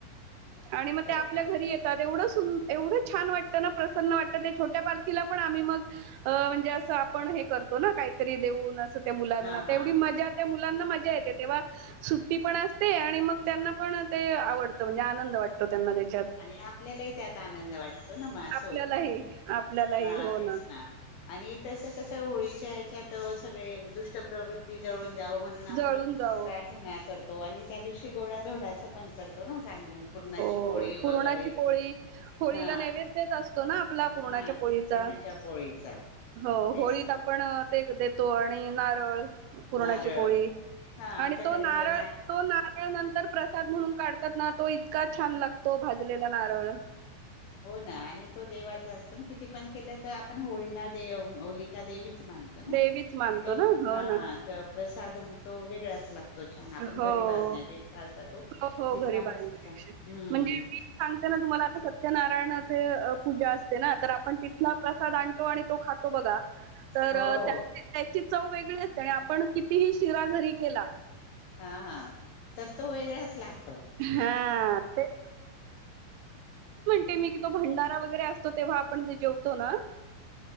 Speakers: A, on the right; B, on the left.
A: आणि म
B: करतात
A: ते आपल्या घरी येत एवढं सु, एवढं छान वाटतं ना. प्रसन्न वाटतं, ते छोट्या पाखीला पण आम्ही मग अ म्हणजे असं आपण हे करतो ना, काहीतरी देऊन, असं त्या मुलांना
B: हा हा
A: तेवढी मजा, त्या मुलांना मजा येते तेव्हा. सुट्टी पण असते. आणि मग त्यांना पण ते आवडत. म्हणजे आनंद वाटतो त्यांना त्याच्यात.
B: आणि आपल्यालाही त्यात आनंद वाटतो ना. म असं
A: आपल्यालाही
B: होतं ना.
A: आपल्यालाही
B: हा
A: हो
B: तेच ना. आणि तस कस होळीच्या या्याच्यात, सगळे दुष्ट प्रवृत्ती जळून जाव म्हणून आपण
A: जळून जाओ.
B: प्राथना करतो. आणि त्या दिवशी गोड्याधोडाच पण करतो ना चांगलं. पूर्णाची
A: हो
B: पोळी
A: पुरणाची
B: वगैरे.
A: पोळी होळीला
B: हा.
A: नैवेद्यच असतो ना आपला पुरणाच्या
B: हा
A: पोळीचा
B: पुरणा च्या पोळीचा.
A: हो
B: तेच
A: होळीत
B: ना
A: आपण ते देतो. आणि नारळ. पुरणाची
B: नारळ
A: पोळी.
B: हा आमच्याकडे
A: आणि तो नारळ. तो नारळ. नारळ नंतर प्रसाद म्हणून काढतात ना. तो इतका छान लागतो. भाजलेला नारळ.
B: हो ना, आणि तो देवाचा असतो ना. किती पण केलं तर आपण होळीला दे होलिका देवीच मानतो. ना.
A: देवीच मानतो
B: तो,
A: ना हो
B: हा
A: ना
B: प्रसाद तो वेगळाच लागतो. तो छान. आपण
A: हो
B: घरी भाजण्या पेक्षा असा तो
A: हो, हो.
B: तिथला
A: घरी बालनिरीक्षण.
B: मस्तच. हम्म.
A: म्हणजे मी सांगते ना तुम्हाला आता. सत्यनारायण पूजा असते ना. तर आपण तिथला प्रसाद आणतो. आणि तो खातो बघा. तर
B: हो
A: त्या त्याची चव वेगळी असते. आणि आपण कितीही शिरा घरी केला.
B: हा हा. तर तो वेगळाच लागतो.
A: हां. तेच ते मी कि तो भंडारा वगैरे असतो. तेव्हा आपण जे जेवतो ना.